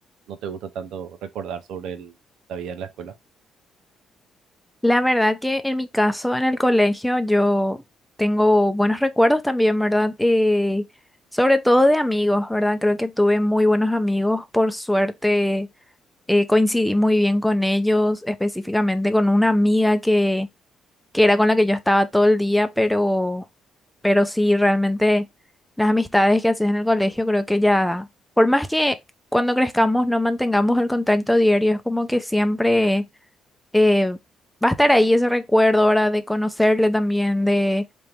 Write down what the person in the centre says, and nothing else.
La verdad que en mi caso, en el colegio, yo tengo buenos recuerdos también, ¿verdad? Eh, sobre todo de amigos, ¿verdad? Creo que tuve muy buenos amigos. Por suerte, eh, coincidí muy bien con ellos, específicamente con una amiga que, que era con la que yo estaba todo el día, pero, pero sí, realmente las amistades que haces en el colegio, creo que ya, por más que cuando crezcamos no mantengamos el contacto diario, es como que siempre eh, va a estar ahí ese recuerdo ahora de conocerle también, de,